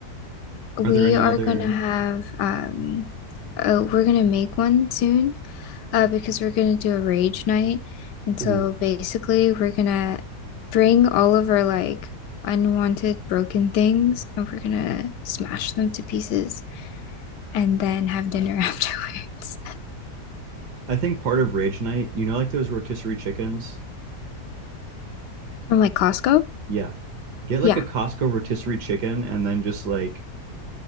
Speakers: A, on the left; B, on the right.
A: We
B: Are there any
A: are
B: other?
A: gonna have um uh, we're gonna make one soon uh because we're gonna do a rage night. And so
B: Ooh.
A: basically we're gonna bring all of our like unwanted broken things and we're gonna smash them to pieces and then have dinner <laughs> afterwards.
B: I think part of Rage Night, you know, like those rotisserie chickens?
A: From like Costco?
B: Yeah. Get like
A: Yeah.
B: a Costco rotisserie chicken and then just like,